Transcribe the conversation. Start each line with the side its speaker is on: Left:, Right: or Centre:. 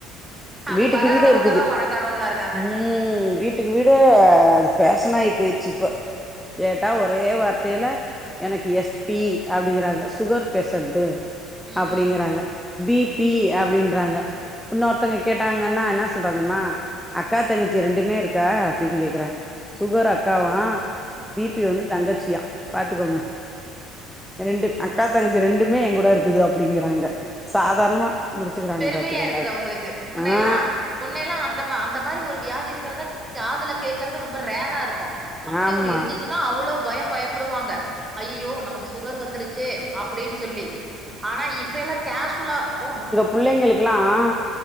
Right: அது
Centre: வீட்டுக்கு
Right: வராதவங்கதா
Centre: வீடு இருக்குது
Right: பணக்காரவங்களா இருக்காங்க
Centre: ம் வீட்டுக்கு வீடு அது பேஷனாயி போயிருச்சிப்ப கேட்டா ஒரே வார்த்தையில எனக்கு எஸ் பி அப்டிங்கறாங்க சுகர் பேஷண்டு
Right: ம்
Centre: அப்படிங்கறாங்க பிபி அப்டின்றாங்க இன்னொ ஒருத்தங்க கேட்டாங்கன்னா என்ன சொல்றாங்கம்மா அக்கா தங்கச்சி ரெண்டுமே இருக்கா அப்டின்னு கேக்குறாங்க சுகர் அக்காவா பி பி வந்து தங்கச்சியாம் பாத்துக்கோங்க ரெண்டு அக்கா தங்கச்சி ரெண்டுமே என் கூட இருக்குது அப்படிங்கறாங்க சாதாரணமா முடிச்சுக்கிறாங்க
Right: பெருமையா
Centre: பாத்துக்கோங்க
Right: இருக்குது
Centre: அது
Right: அவங்களுக்கு முன்னையல்லாம்
Centre: ஆ
Right: முன்னைய எல்லாம் அந்த அந்த மாரி ஒரு வியாதி இருக்கிறதா காதுல கேக்குறது ரொம்ப ரேரா இருக்கும் க்கும் அப்படி
Centre: ஆமா
Right: ஒன்னு இருந்துச்சுன்னா அவ்ளோ பயம் பயப்படுவாங்க ஐயோ நமக்கு சுகர் வந்துருச்சு அப்படின்னு சொல்லி ஆனா இப்ப எல்லாம் கேஷ் வுலா ஓ
Centre: புள்ளைங்களுக்குல்லாம்